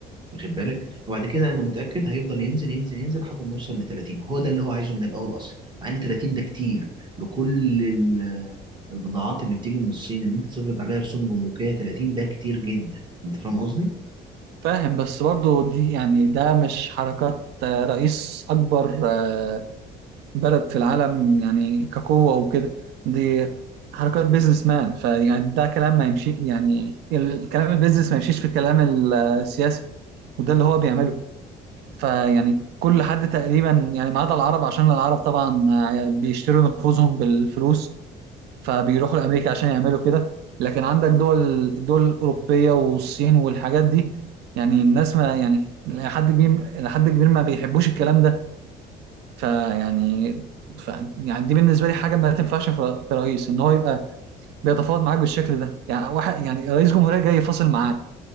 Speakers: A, on the right; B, on the right.
A: واخد بالك وبعد كده انا متاكد هيفضل ينزل ينزل ينزل لحد ما يوصل ل 30 وهو ده اللي هو عايزه من الاول اصلا مع ان 30 ده كتير لكل ال- البضاعات اللي بتيجي من الصين ان انت تفرض عليها رسوم جمركيه 30 ده كتير جدا انت فاهم قصدي
B: فاهم بس برضه دي يعني ده مش حركات آه، رئيس اكبر آه، بلد في العالم يعني كقوه وكده دي حركات بيزنس مان فيعني ده كلام ما يمشي يعني الكلام البيزنس ما يمشيش في الكلام السياسي وده اللي هو بيعمله فيعني كل حد تقريبا يعني ما عدا العرب عشان العرب طبعا آه، بيشتروا نفوذهم بالفلوس فبيروحوا لامريكا عشان يعملوا كده لكن عندك دول الدول الاوروبيه والصين والحاجات دي يعني الناس ما يعني لحد كبير لحد كبير ما بيحبوش الكلام ده فيعني ف يعني دي بالنسبه لي حاجه ما تنفعش في في رئيس ان هو يبقى بيتفاوض معاك بالشكل ده يعني واحد يعني رئيس جمهوريه جاي يفاصل معاك